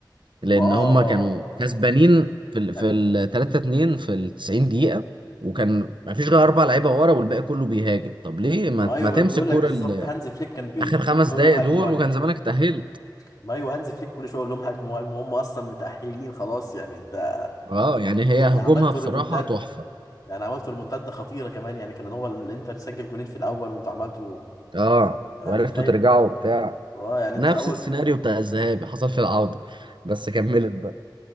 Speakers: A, on the right (about 80°); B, on the left (about 50°).
A: لان
B: ما اه
A: هم
B: اه
A: كانوا
B: آه.
A: كسبانين في ال
B: يعني
A: في ال 3 2 في ال 90 دقيقة وكان ما فيش غير اربع لعيبة ورا والباقي كله بيهاجم طب ليه ما,
B: ما ايوه
A: ما تمسك
B: ما بيقول
A: كورة
B: لك بالظبط
A: ال-
B: هانز فليك كان بي-
A: اخر خمس
B: كل شويه يقول
A: دقايق
B: لهم هاجموا
A: دول
B: هاجموا
A: وكان زمانك تأهلت
B: ما ايوه هانز فليك كل شويه يقول لهم هاجموا هاجموا هم اصلا متاهلين خلاص يعني انت
A: اه
B: ج-
A: يعني هي هجومها
B: ج- عملتوا
A: بصراحة
B: ريمونتادا
A: تحفة
B: يعني عملتوا ريمونتادا خطيره كمان يعني كان هو الانتر سجل جونين في الاول وانتوا عملتوا
A: اه
B: يعني
A: وعرفتوا
B: تخيل
A: ترجعوا وبتاع
B: اه يعني
A: نفس
B: انت اول
A: السيناريو بتاع الذهاب حصل في العودة بس كملت بقى